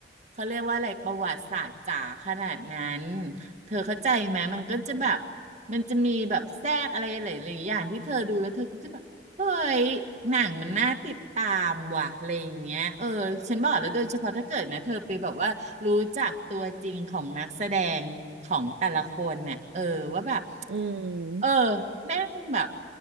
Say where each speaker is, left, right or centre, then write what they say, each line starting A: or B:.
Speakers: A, on the right; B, on the right.
A: เขาเรียกว่าอะไรประวัติศาสตร์จ๋าขนาดนั้นเธอเข้าใจไหมมันก็จะแบบมันจะมีแบบแทรกอะไรหลายๆอย่างที่เธอดูแล้วเธอก็จะแบบ เฮ้ยหนังมันน่าติดตามว่ะอะไรอย่างเงี้ยเออฉันบอกแล้วโดยเฉพาะถ้าเกิดนะเธอไปแบบว่ารู้จักตัวจริงของนักแสดงของแต่ละคนเนี่ยเออว่าแบบ
B: อืม
A: เออแม่งแบบ